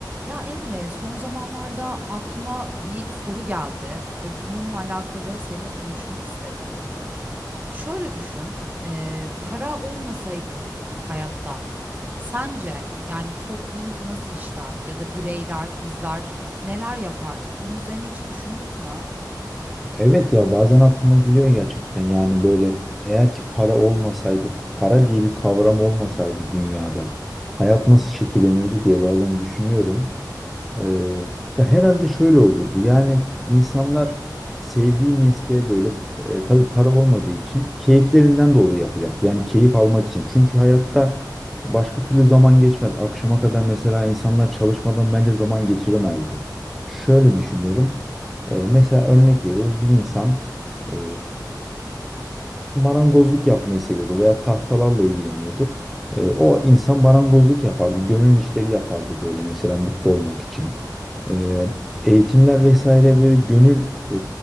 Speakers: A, on the right; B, in the centre.
A: Ya Emre, son zamanlarda aklıma bir soru geldi ve bununla alakalı seninle konuşmak istedim. Şöyle düşün, eee, para olmasaydı hayatta, sence yani toplum nasıl işlerdi ya da bireyler, bizler neler yapardık? Bunun üzerine hiç düşündün mü?
B: Evet ya bazen aklıma geliyor gerçekten yani böyle eğer ki para olmasaydı para diye bir kavram olmasaydı dünyada hayat nasıl şekillenirdi diye bazen düşünüyorum. Ee, ya herhalde şöyle olurdu yani insanlar sevdiği mesleğe böyle e, tabii para olmadığı için keyiflerinden dolayı yapacaktı yani keyif almak için çünkü hayatta başka türlü zaman geçmez akşama kadar mesela insanlar çalışmadan bence zaman geçiremezdi. Şöyle düşünüyorum. Ee, mesela örnek veriyorum bir insan e, marangozluk yapmayı seviyordur veya tahtalarla ilgileniyordur. E, o insan marangozluk yapardı, gönül işleri yapardı böyle mesela mutlu olmak için. E, eğitimler vesaire böyle gönül e,